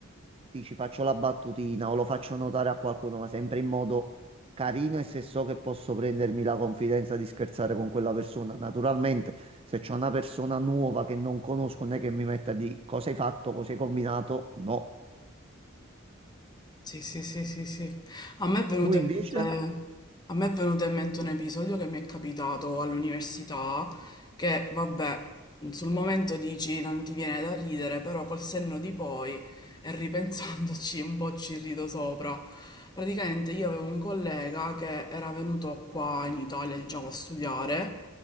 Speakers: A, on the right; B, on the left.
A: dici faccio la battutina o lo faccio notare a qualcuno, ma sempre in modo carino e se so che posso prendermi la confidenza di scherzare con quella persona. Naturalmente, se c'è una persona nuova che non conosco, non è che mi metta di cosa hai fatto, cosa hai combinato, no.
B: Sì, sì, sì, sì, sì. A me è venuto
A: Tu invece?
B: in mente, a me è venuto in mente un episodio che mi è capitato all'università, che vabbè, sul momento dici non ti viene da ridere, però col senno di poi e ripensandoci un po' ci rido sopra. Praticamente io avevo un collega che era venuto qua in Italia, diciamo, a studiare.